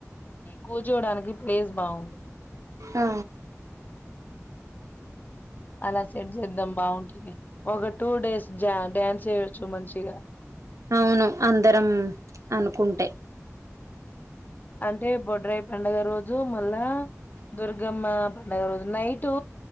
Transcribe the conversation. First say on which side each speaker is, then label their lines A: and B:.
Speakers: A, on the left; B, on the right.
A: కూర్చోవడానికి ప్లేసు బాగుంది
B: ఆ
A: అలా సెట్ చేద్దాం బాగుంటది ఒక టూ డేస్ డ్యాన్స్ చేయచ్చు మంచిగా
B: అవును అందరం అనుకుంటే
A: అంటే బొడ్రాయి పండుగ రోజు మళ్ళా దుర్గమ్మ పండగ రోజు నైటు